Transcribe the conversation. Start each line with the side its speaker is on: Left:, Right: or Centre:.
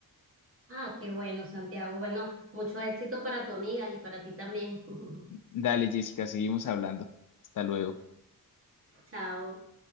Right: Ah, qué bueno, Santiago. Bueno, mucho éxito para tu amiga y para ti también. <laughs>
Left: Dale, Jessica, seguimos hablando. Hasta luego.
Right: Chao.